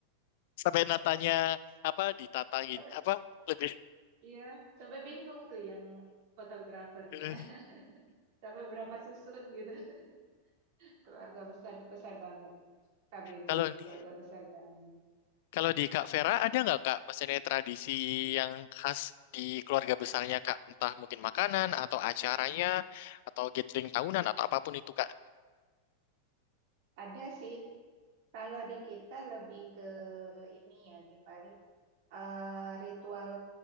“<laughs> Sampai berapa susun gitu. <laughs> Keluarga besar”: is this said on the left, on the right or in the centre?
Right